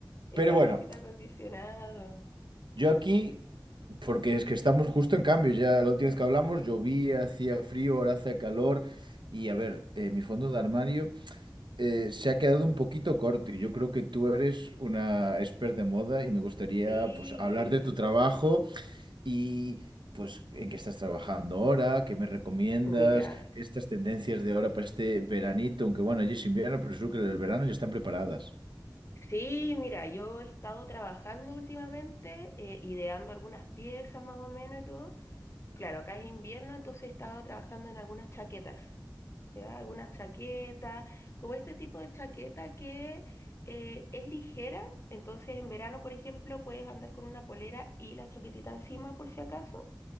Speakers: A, on the left; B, on the right.
A: El
B: <laughs> Pero
A: airecito
B: bueno,
A: acondicionado.
B: yo aquí, porque es que estamos justo en cambio, ya la última vez que hablamos llovía, hacía frío, ahora hace calor. Y a ver, eh, mi fondo de armario eh, se ha quedado un poquito corto y yo creo que tú eres una experta en moda y me gustaría
A: Sí.
B: pues hablar de tu trabajo Y pues, ¿en qué estás trabajando ahora? ¿Qué me recomiendas?
A: Mira.
B: Estas tendencias de ahora para este veranito, aunque bueno, ya es invierno, pero seguro que el verano ya están preparadas.
A: Sí, mira, yo he estado trabajando últimamente, eh, ideando algunas piezas más o menos y todo. Claro, acá es invierno, entonces he estado trabajando en algunas chaquetas. ¿ya? Algunas chaquetas, como este tipo de chaqueta que eh, es ligera, entonces en verano, por ejemplo, puedes andar con una polera y la chaquetita encima por si acaso,